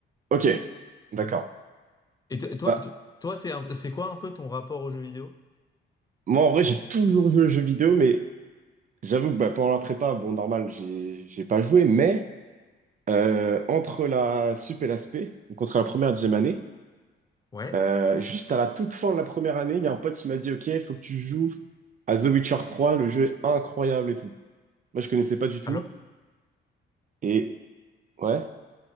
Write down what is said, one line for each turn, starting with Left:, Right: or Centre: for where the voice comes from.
Right: ok. D'accord.
Left: Et t- toi,
Right: Bah,
Left: t- toi, c'est un- c'est quoi un peu ton rapport aux jeux vidéo?
Right: moi, en vrai, j'ai toujours joué aux jeux vidéo, mais j'avoue que bah, pendant la prépa, bon, normal, j'ai j'ai pas joué, mais euh, entre la sup et la spé, donc entre la première et la deuxième année,
Left: Ouais.
Right: euh, juste à la toute fin de la première année, il y a un pote qui m'a dit, OK, faut que tu joues à The Witcher trois, le jeu est incroyable et tout. Moi, je connaissais pas du tout.
Left: Alors,
Right: Et Ouais.